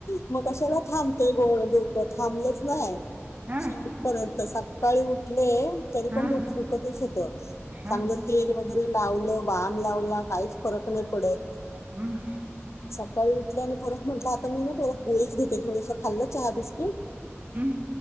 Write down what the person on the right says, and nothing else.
हा
हा
हम्म
हम्म
हम्म